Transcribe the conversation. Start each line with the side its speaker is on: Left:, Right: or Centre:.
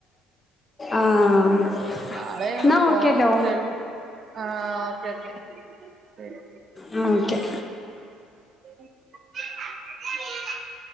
Left: ആഹ്
Right: നാളെ ഒന്നു
Left: എന്നാ
Right: പോണംകേൾകു
Left: ഓക്കേട്ടോ
Right: രേ ആ ഓക്കെ ഓക്കെ ശരി
Left: ആ ഓക്കെ
Right: <unintelligible> <inaudible>